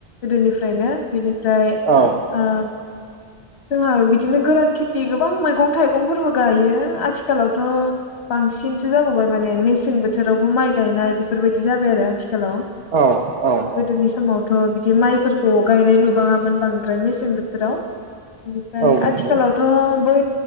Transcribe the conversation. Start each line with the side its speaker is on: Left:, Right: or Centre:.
Left: गोदोनिफ्रायनो बेनि ओमफ्राय
Right: औ
Left: ओ! जोङो बिदिनो गोरान खेथि गोबां मैगं थाइगंफोरबो गायो आथिखालावथ। बांसिनसो जाबावबाय माने मेसें बोथोरावबो माइ गायनाय बेफोरबायदि जाबाय आरो। आथिखालाव
Right: औ औ औ
Left: गोदोनि समाव थ बिदि माइफोरखौ गायनाय नुबाङामोन बांद्राय मेसें बोथोराव। बेनिफ्राय
Right: औ नंगौ
Left: आथिखालावथ बै